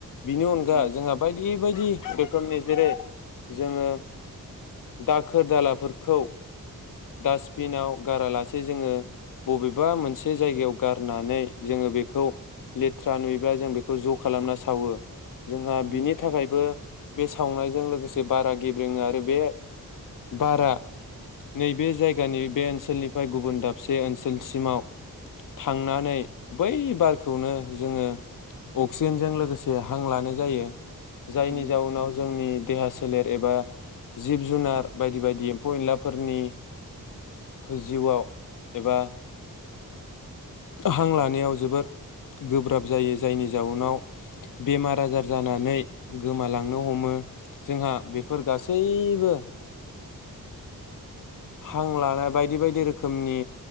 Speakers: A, on the left (about 65°); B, on the right (about 65°).
A: बिनि अनगा
B: उम
A: जोंहा बायदि बायदि बेखौ निजेरै जोङो दाखोर दालाफोरखौ डास्टबिनाव गारालासे जोङो बबेबा मोनसे जायगायाव गारनानै जोङो बेखौ लेथ्रा नुयोबा जों बेखौ ज' खालामना सावो जोंहा
B: उम
A: बिनि थाखायबो बे सावनायजों लोगोसे बारा गेब्रेङो आरो बे बारा नैबे जायगानि बे ओनसोलनिफ्राय गुबुन दाबसे ओनसोलसिमाव थांनानै बै बारखौनो जोङो अक्सिजेनजों लोगोसे हां लानाय जायो। जायनि
B: उम
A: जाउनाव जोंनि देहा सोलेर एबा जिब जुनार बायदि बायदि एम्फौ एनलाफोरनि जिउआव एबा हां लानायाव जोबोद गोब्राब जायो जायनि जाउनाव बेमार आजार जानानै गोमालांनो हमो जोंहा बेफोर गासैबो हां लानाय बायदि बायदि रोखोमनि